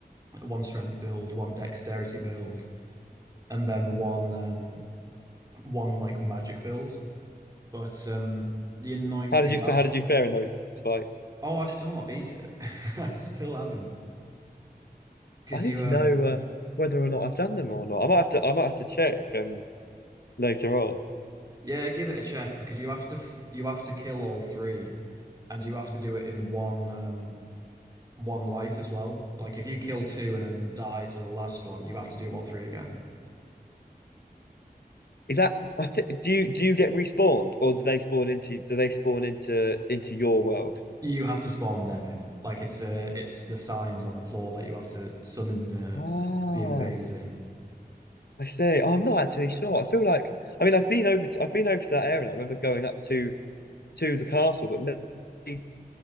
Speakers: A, on the right; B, on the left.
A: one strength build, one dexterity build, and then one um one like magic build. But um, the annoying
B: how
A: thing
B: did you
A: about
B: fa- how did you fare in those fights?
A: oh, I've still not beat it. <laughs> I still haven't because
B: I
A: you
B: need to
A: um.
B: know uh, whether or not I've done them or not. I might have to I might have to check um later on.
A: Yeah, give it a check because you have to f you have to kill all three, and you have to do it in one um one life as well. Like if you kill two and then die to the last one, you have to do all three again.
B: Is that I think do you do you get respawned or do they spawn into do they spawn into into your world?
A: You have to spawn them in. Like it's uh it's the signs on the floor that you have to summon the
B: Ah,
A: the invaders in.
B: I see. Oh, I'm not actually sure. I feel like I mean I've been over to, I've been over to that area and I remember going up to to the castle, but maybe